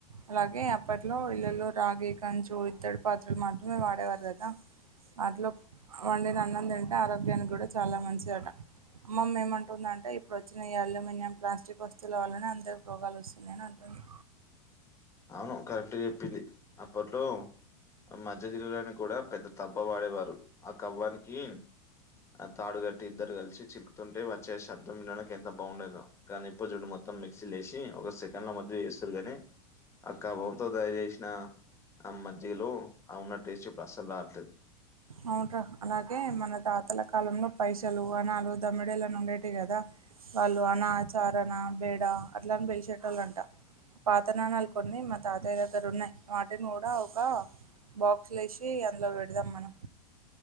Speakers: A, on the right (about 80°); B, on the left (about 15°).
A: అలాగే అప్పట్లో ఇళ్ళల్లో రాగి, కంచు, ఇత్తడి పాత్రలు మాత్రమే వాడేవారు కదా వాట్లో వండిన ఆన్నం తింటే ఆరోగ్యానికి కూడా చాలా మంచిది అటా అమ్మమ్మ ఏమంటుంది అంటే ఇప్పుడు వచ్చిన ఈ అల్యూం మినియం ప్లాస్టిక్ వస్తువుల వల్లనే అందరికీ రోగాలు వస్తున్నాయి అంటుంది
B: అవును కరెక్ట్ గా చెప్పింది అప్పట్లో మజ్జిగా చిలకడానికి కూడా పెద్ద తవ్వ వాడేవారు ఆ కవ్వానికి ఆ తాడుగట్టి ఇద్దరు కలిసి చిక్కుతుంటే వచ్చే శబ్దం వినడానికి ఎంత బాగుండేదో కానీ ఇప్పుడు చూడు మొత్తం మిక్సీలో లేేసి ఒక సెకండ్ లో మజ్జిగా చేస్తారు కానీ అ కవ్వం తో తయారుచేసిన ఆ మజ్జిగలో ఆ ఉన్న టేస్ట్ ఇప్పుడు అస్సలు రావట్లేదు
A: అవును రా అలాగే మన తాతల కాలంలో పైసలు, ఆనాలు, దమ్మిడీలు అనేటివి ఉండేవి కదా వాళ్ళు అణా చారణ, బేడ అట్లాని పెలిచే టోళ్ళ అంటా పాత నాణేలు కొన్ని మా తాతాయ్య దగ్గర ఉన్నయి వాటిని కూడా ఒక బాక్సులో వేసి అందులో పెడదాం మనం